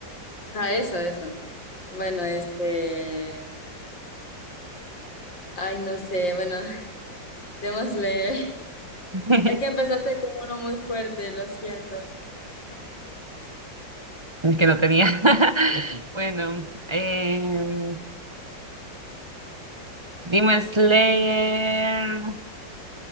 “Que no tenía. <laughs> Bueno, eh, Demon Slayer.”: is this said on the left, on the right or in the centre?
Right